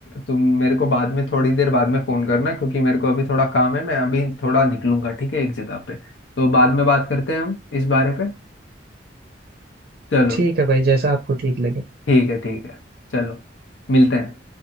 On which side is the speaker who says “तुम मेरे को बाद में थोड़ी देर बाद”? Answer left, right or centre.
Left